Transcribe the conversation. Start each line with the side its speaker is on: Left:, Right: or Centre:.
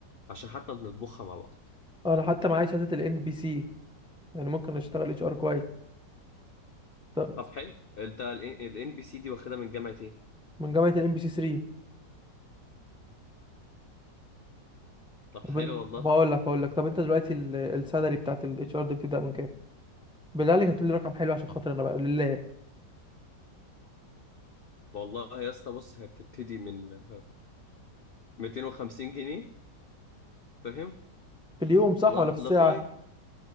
Left: عشان حتى نطبخها مع بعض
Centre: انا حتى معايا شهاده الان بي سي يعني ممكن اشتغل اتش ار كويس طب
Left: طب حلو انت الان بي سي دي واخدها من جامعه ايه
Centre: من جامعه الان بي سي 3
Left: طب
Centre: طب
Left: حلو
Centre: انت
Left: والله
Centre: طب هقول لك هقول لك طب انت دلوقتي ال- السالري بتاعت الاتش ار دي بتبدا من كام بالله عليك هتقول لي رقم حلو عشان خاطر انا بقى لله
Left: والله يا اسطى بص هي بتبتدي من 250 جنيه فاهم
Centre: في اليوم صح
Left: ل-
Centre: ولا في الساعه
Left: لغايه